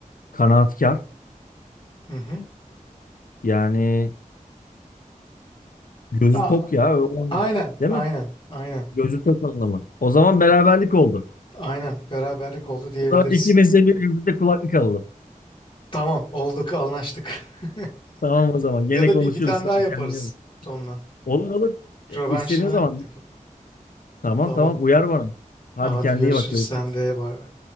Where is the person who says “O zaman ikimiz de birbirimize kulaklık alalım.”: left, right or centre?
Left